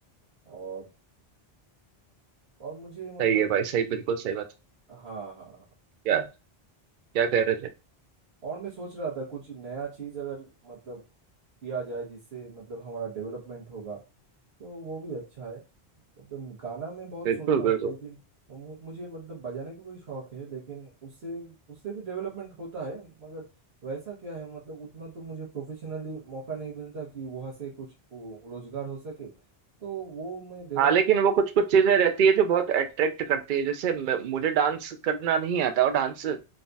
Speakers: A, on the right (about 75°); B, on the right (about 60°).
A: और और मुझे
B: सही
A: मतलब
B: है भाई सही बिल्कुल सही बात
A: हाँ हाँ हाँ।
B: क्या क्या कह रहे थे
A: और मैं सोच रहा था कुछ नया चीज़ अगर मतलब किया जाए जिससे मतलब हमारा डेवलपमेंट होगा तो वो भी अच्छा है मतलब गाना मैं बहुत
B: बिल्कुल
A: सुनता हूँ
B: बिल्कुल
A: लेकिन मु- मुझे मतलब बजाने का भी शौक है लेकिन उससे उससे भी डेवलपमेंट होता है मगर वैसा क्या है मतलब उतना तो मुझे प्रोफेशनली मौका नहीं मिलता कि वहाँ से कुछ वो रोजगार हो सके तो वो मैं डेवलप
B: हाँ लेकिन वो कुछ कुछ चीजें रहती है जो बहुत अट्रैक्ट करती है जैसे म- मुझे डांस करना नहीं आता और डांस